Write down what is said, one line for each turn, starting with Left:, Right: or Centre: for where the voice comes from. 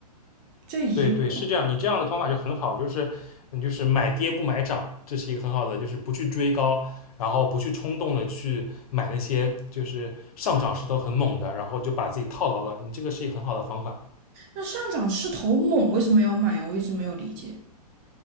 Right: 这一个
Left: 对对，是这样。你这样的方法就很好，就是嗯，就是买跌不买涨，这是一个很好的，就是不去追高，然后不去冲动的去买那些就是上涨势头很猛的，然后就把自己套牢了。你这个是一个很好的方法。
Right: 那上涨势头猛，为什么要买啊？我一直没有理解。